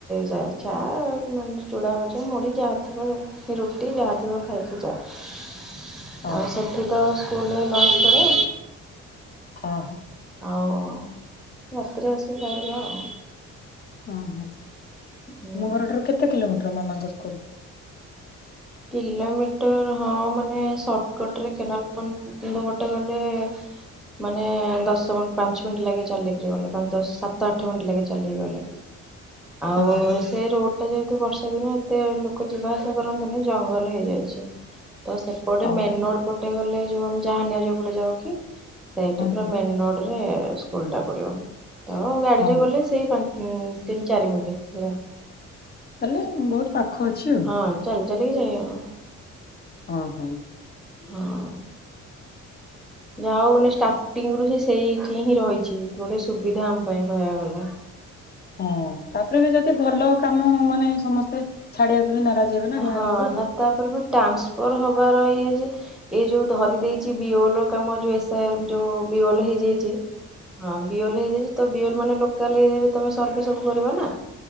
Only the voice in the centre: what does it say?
ଯାଏ ଚା ମାନେ ଚୂଡ଼ା ଭଜା ମୁଡ଼ି ଯାହା ଥିବ ଯାଏ ରୁଟି ଯାହା ଥିବ ଖାଇକି ଯାଏ।
ଆଉ ସେଠି ତ ସ୍କୁଲ ରେ ଲଞ୍ଚ କରେ।
ଆଉ ରାତିରେ ଆସିକି ଖାଇବା ଆଉ।
ହୁଁ।
କିଲୋମିଟର ହଁ ମାନେ ସଟକଟ ରେ କେନାଲ କନ୍ଧ ପଟେ ଗଲେ ମାନେ ଦଶ ମ ପାଞ୍ଚ ମିନିଟ୍ ଲାଗେ ଚାଲିକିରି ଗଲେ ଦଶ ସାତ ଆଠ ମିନିଟ୍ ଲାଗେ ଚାଲି ଗଲେ ଆଉ
ସେ ରୋଡ ଟା ଯେହେତୁ ବର୍ଷା ଦିନ ଏତେ ଲୋକ ଯିବା ଆସିବା କରନ୍ତିନି। ଜଙ୍ଗଲ ହେଇଯାଇଛି ତ ସେପଟେ
ମେନ ରୋଡ ପ ଟେ ଗଲେ ଯୋଉ ଆମେ ଜାହାନି ଯଉ ପଟେ ଯାଉ କି ସେଇଠି ପୁରା
ମେନ ରୋଡ ସ୍କୁଲ ଟା ପଡିବ ତ ଗାଡିରେ
ଗଲେ ସେଇ ପା ହୁଁ ତିନ ଚାରି ମିିନିଟ୍।
ହଁ ଚାଲି ଚାଲିିକି ଯାଇ ହବ।
ହଁ। ଯାହା ହଉ ଷ୍ଟାର୍ଟିଙ୍ଗ ରୁ ସେଇଠି ହିଁ ରହିଛି ଗୋଟେ ସୁବିଧା ଆମ ପାଇଁ କହିବାକୁ ଗଲେ।
ହଁ
ନା ତାପରେ ଟ୍ରାନ୍ସଫର୍ ହବାର ଇଏ ଯେ ଏ ଯୋଉ ଧରି ଦେଇଛି ବିଓ ଲ କାମ ଯଉ ଯୋଉ ବିୱଲ ହେଇଯାଇଛି ହଁ ବିଓଲ ହେଇଯାଇଛି ତ ବିୟଲ ମାନେ ଲୋକାଲ ଏରିଆରେ ତମେ ସର୍ଭି ସବୁ କର ନା